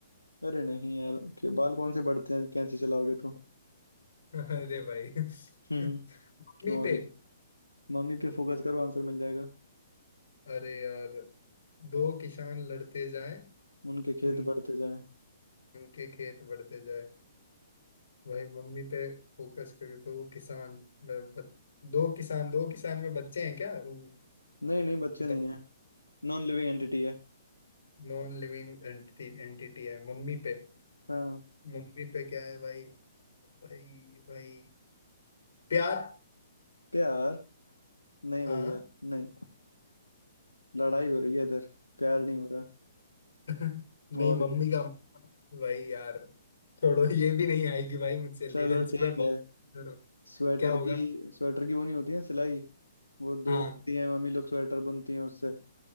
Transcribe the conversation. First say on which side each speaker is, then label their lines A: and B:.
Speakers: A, on the left; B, on the left.
A: अरे नहीं यार के बाल कौन से बढ़ते हैं कैंची चलाओगे तो
B: <laughs> अरे भाई
A: हम्म
B: <laughs> मम्मी
A: और
B: पे
A: क्या? मम्मी पे फोकस करो आंसर मिल जाएगा
B: अरे यार दो किसान लड़ते जाए
A: उनके खेत
B: उन
A: बढ़ते जाएं
B: उनके खेत बढ़ते जाए भाई मम्मी पे फोकस करो दो किसान लड़- दो किसान दो किसान में बच्चे हैं क्या उन-
A: नहीं नहीं बच्चे
B: मतलब
A: नहीं है नॉन लिविंग एंटिटी है
B: नॉन लिविंग एंटिटी एंटिटी है मम्मी पे
A: हाँ
B: मम्मी पे क्या है भाई भाई भाई प्यार
A: प्यार नहीं भैया
B: हाँ
A: नहीं लड़ाई हो रही है इधर प्यार नहीं हो रहा
B: <laughs> नहीं
A: और
B: मम्मी
A: क्या
B: का भाई यार छोड़ो ये भी नहीं आएगी भाई मुझसे रिडल्स
A: चलो ठीक
B: में बहुत
A: है
B: कमजोर हो।
A: स्वेटर
B: क्या होगा
A: की स्वेटर की वो नहीं होती है सिलाई वो दो
B: हाँ
A: होती है मम्मी लोग स्वेटर बुनती हैं उससे